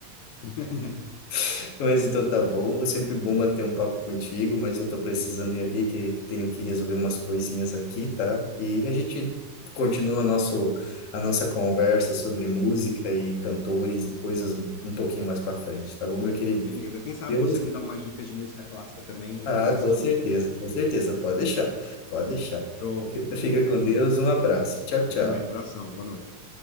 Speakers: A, on the left (about 75°); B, on the left (about 50°).
A: <laughs>
B: <laughs> Mas então tá bom. É sempre bom bater um papo contigo, mas eu tô precisando ir ali, que tenho que resolver umas coisinhas aqui, tá? E a gente continua nosso, a nossa conversa sobre música e cantores e coisas um pouquinho mais pra frente, tá bom, meu querido?
A: Beleza. Quem sabe
B: Deus.
A: você não me dá umas dicas de música clássica também
B: Ah,
A: e começa
B: com
A: a
B: certeza,
A: escutar.
B: com certeza. Pode deixar, pode deixar.
A: Show.
B: Fica fica com Deus, um abraço. Tchau, tchau.
A: Você também. Abração. Boa noite.